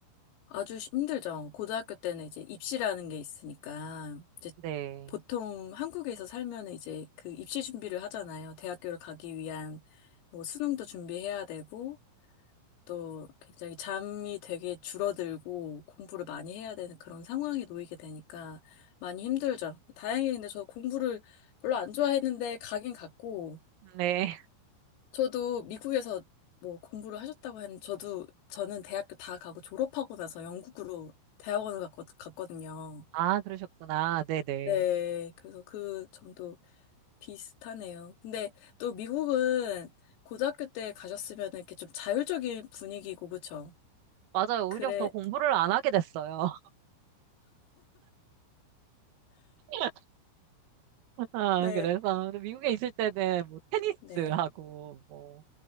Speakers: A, on the left (about 85°); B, on the right (about 85°).
A: 아주 힘들죠. 고등학교 때는 이제 입시라는 게 있으니까, 이제
B: 네.
A: 보통 한국에서 살면 이제 그 입시 준비를 하잖아요. 대학교를 가기 위한 뭐 수능도 준비해야 되고, 또 굉장히 잠이 되게 줄어들고 공부를 많이 해야 되는 그런 상황에 놓이게 되니까 많이 힘들죠. 다행히 근데 저 공부를 별로 안 좋아했는데 가긴 갔고,
B: 네.
A: 저도 미국에서 뭐 공부를 하셨다고 했는데, 저도, 저는 대학교 다 가고 졸업하고 나서 영국으로 대학원을 갔거, 갔거든요.
B: 아, 그러셨구나. 네네.
A: 네, 그래서 그 점도 비슷하네요. 근데 또 미국은 고등학교 때 가셨으면 이렇게 좀 자율적인 분위기고, 그쵸?
B: 맞아요.
A: 그래,
B: 오히려 더 공부를 안 하게 됐어요. <laughs> 아,
A: 왜,
B: 그래서 미국에 있을 때는 뭐 테니스하고
A: 네.
B: 뭐